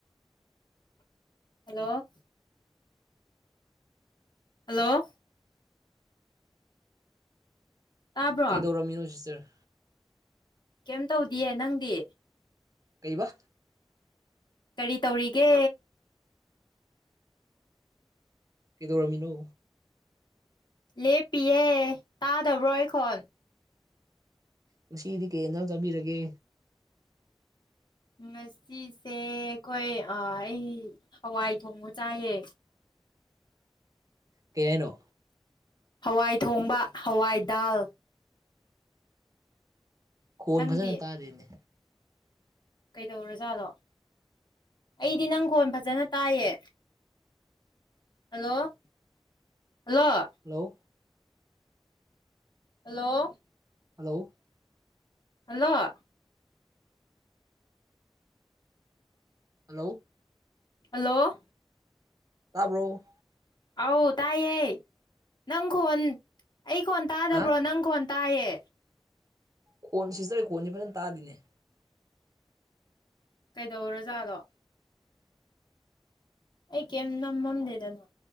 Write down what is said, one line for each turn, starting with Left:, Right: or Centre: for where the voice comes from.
Left: ꯍꯜꯂꯣ ꯍꯜꯂꯣ ꯇꯥꯕ꯭ꯔꯣ
Right: ꯀꯩꯗꯧꯔꯝꯃꯤꯅꯣ ꯁꯤꯁꯇꯔ
Left: ꯀꯩꯝ ꯇꯧꯗꯤꯌꯦ ꯅꯪꯗꯤ
Right: ꯀꯩꯕ
Left: ꯀꯔꯤ ꯇꯧꯔꯤꯒꯦ
Right: ꯀꯩꯗꯧꯔꯝꯃꯤꯅꯣ
Left: ꯂꯦꯞꯄꯤꯌꯦ ꯇꯥꯗꯕ꯭ꯔꯣ ꯑꯩ ꯈꯣꯟ
Right: ꯉꯁꯤꯗꯤ ꯀꯩ ꯍꯤꯟꯖꯡ ꯆꯥꯕꯤꯔꯒꯦ
Left: ꯉꯁꯤꯁꯦ ꯑꯩꯈꯣꯏ ꯑꯩ ꯍꯋꯥꯏ ꯊꯣꯡꯕ ꯆꯥꯏꯌꯦ
Right: ꯀꯩ ꯍꯥꯏꯅꯣ
Left: ꯍꯋꯥꯏ ꯊꯣꯡꯕ ꯍꯋꯥꯏ ꯗꯥꯜ
Right: ꯈꯣꯟ
Left: ꯅꯪꯗꯤ
Right: ꯐꯖꯅꯥ ꯇꯥꯗꯦꯅꯦ
Left: ꯀꯩꯗꯧꯔꯥꯖꯥꯠꯂꯣ ꯑꯩꯗꯤ ꯅꯪꯒꯣꯟ ꯐꯖꯅ ꯇꯥꯏꯌꯦ hello hello
Right: hello
Left: hello
Right: hello
Left: hello
Right: hello
Left: hello
Right: ꯇꯥꯕ꯭ꯔꯣ
Left: ꯑꯧ ꯇꯥꯏꯌꯦ ꯅꯪ ꯈꯣꯟ ꯑꯩ ꯀꯣꯟ ꯇꯥꯗꯕ꯭ꯔꯣ
Right: ꯍꯥ
Left: ꯅꯪ ꯈꯣꯟ ꯇꯥꯏꯌꯦ
Right: ꯀꯣꯟ ꯁꯤ ꯆꯣꯏ ꯈꯣꯟꯁꯤ ꯐꯖꯅ ꯇꯥꯗꯤꯅꯦ
Left: ꯀꯩꯗꯧꯔꯣꯖꯥꯂꯣ ꯑꯩ ꯀꯦꯝ ꯅꯝꯃꯝꯗꯦꯗꯅꯣ